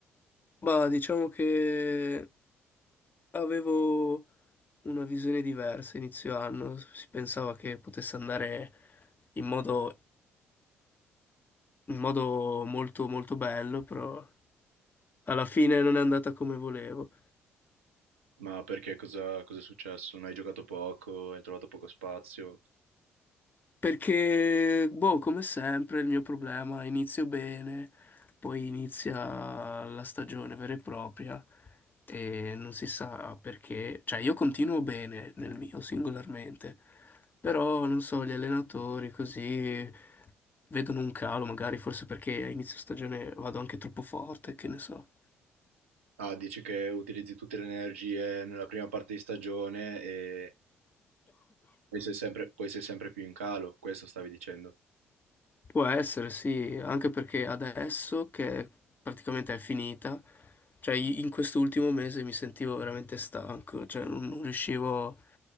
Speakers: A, on the left (about 25°); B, on the right (about 75°).
A: Ma diciamo che avevo una visione diversa inizio anno, si pensava che potesse andare in modo, in modo molto molto bello, però alla fine non è andata come volevo.
B: Ma perché cosa, cosa è successo? Non hai giocato poco, hai trovato poco spazio?
A: Perché, boh, come sempre, il mio problema, inizio bene, poi inizia la stagione vera e propria e non si sa perché. Cioè, io continuo bene nel mio singolarmente, però, non so, gli allenatori così vedono un calo, magari forse perché a inizio stagione vado anche troppo forte, che ne so.
B: Ah, dici che utilizzi tutte le energie nella prima parte di stagione e poi sei sempre, poi sei sempre più in calo, questo stavi dicendo.
A: Può essere, sì, anche perché adesso che praticamente è finita, cioè i- in quest'ultimo mese mi sentivo veramente stanco, cioè non non riuscivo